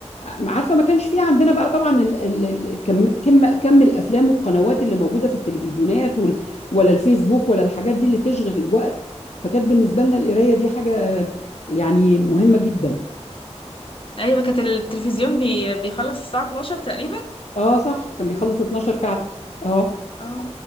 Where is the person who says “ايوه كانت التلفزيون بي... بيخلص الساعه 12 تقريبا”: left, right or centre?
Left